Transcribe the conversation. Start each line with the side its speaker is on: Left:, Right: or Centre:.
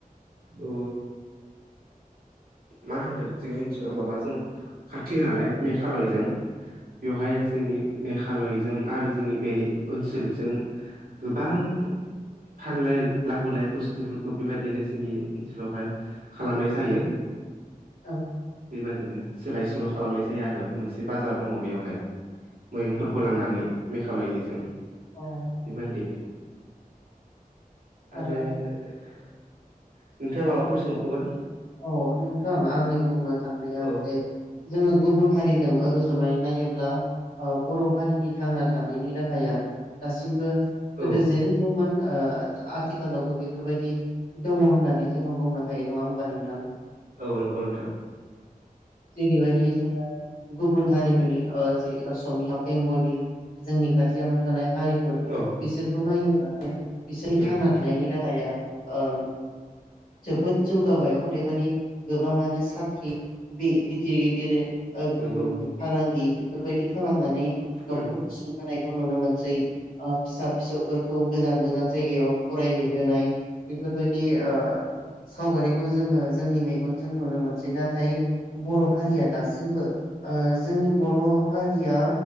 Right: औ मा होनगोन जोंनि ओनसोलाव माबा जों खाथि नालाय मेघालयजों बेवहाय जोंनि मेघालयजों आरो जोंनि बे ओनसोल जों गोबां फानलाय लाबोलाय बुस्थुफोरखौ बेबायदिनो जोंनि ओनसोलावहाय खालामनाय जायो।
Left: औ
Right: बेबादिनो सोलाय सोल' खालामनाय जायो आरो, मोनसे बाजार दङ बेवहाय। मैगंफोरखौ लांनानै मेघालयनिजों
Left: औ औ
Right: बेबायदि आरो
Left: ओ
Right: नोंथाङा माबाफोर सोंबावगोन?
Left: औ नोंथां आंनि बुंनो थांनाया
Right: औ
Left: जे जोङो गुबुन हारिजों रुजुनानै नायोब्ला ओ बर' हारिनि थांना थानायनि राहाया दासिमबो
Right: औ
Left: गोदो जेरै दंमोन ओ आथिखालावबो बेफोरबायदि दङ होननानै जोङो बुंनो हायो नङा होमबा नोंथां?
Right: औ नंगौ नोंथां।
Left: जेरै बायदि जोङो गुबुन हारिफोरनि ओ जि असमिया बेंगलि जोंनि खाथियाव थानाय हारिफोर
Right: औ
Left: बिसोरखौ नायोब्लानो बिसोरनि
Right: उम
Left: थांना थानायनि राहाया ओ जोबोद जौगाबाय। अदेबानि गोबाङानो साख्रि बे गिदिर गिदिर ओ
Right: नंगौ
Left: फालांगि बेफोरबायदि खालामना नै न'खरखौ
Right: उम
Left: सुथानायखौ नुनो मोनसै। फिसा फिसौफोरखौ गोजान गोजान जायगायाव फरायहैहोनाय बेफोरबायदि
Right: उम
Left: ओ सावगारिखौ जोङो जोंनि मेगनजों नुनो मोनसै। नाथाय बर' हारिया
Right: उम
Left: दासिमबो ओ जोंनि बर' हारिया